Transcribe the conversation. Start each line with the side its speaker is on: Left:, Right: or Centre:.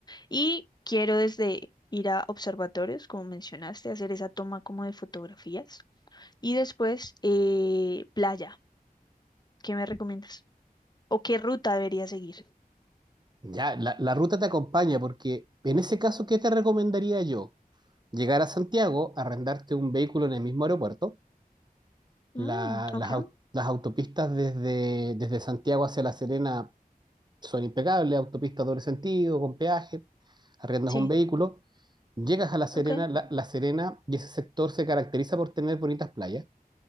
Left: Y quiero desde ir a observatorios, como mencionaste, hacer esa toma como de fotografías Y después, eh, playa. ¿Qué me recomiendas? ¿O qué ruta debería seguir?
Right: Ya, la, la ruta te acompaña porque en ese caso, ¿qué te recomendaría yo? Llegar a Santiago, arrendarte un vehículo en el mismo aeropuerto. La-
Left: Mm, ok,
Right: las, au- las autopistas desde, desde Santiago hacia La Serena son impecables, autopistas doble sentido, con peaje, arriendas
Left: sí,
Right: un vehículo, llegas a La Serena,
Left: ok,
Right: La, La Serena y ese sector se caracteriza por tener bonitas playas.